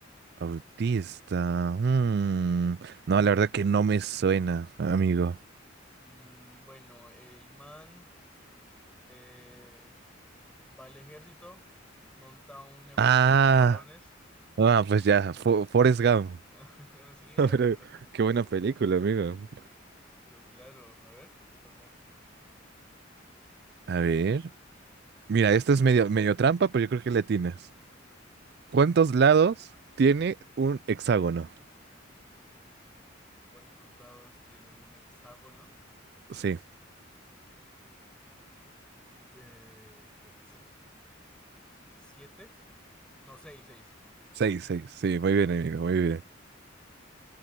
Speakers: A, on the right; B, in the centre.
A: Autista. mm. No, la verdad que no me suena, amigo.
B: Mm, bueno, el man, eh, Va al ejército, monta un negocio
A: Ah,
B: de camarones.
A: ah, pues ya, Fo- Forrest Gump.
B: <laughs> Sí,
A: <laughs>
B: amigo.
A: Pero, qué buena película, amigo.
B: Pero claro, a ver, te toca.
A: A ver. Mira, esto es medio, medio trampa, pero yo creo que le tienes. ¿Cuántos lados tiene un hexágono?
B: ¿Cuántos lados tiene un hexágono?
A: Sí,
B: Eh, hexa- ¿Siete? No, seis, seis.
A: seis, seis. Sí, muy bien,
B: Seis,
A: amigo,
B: seis.
A: muy bien.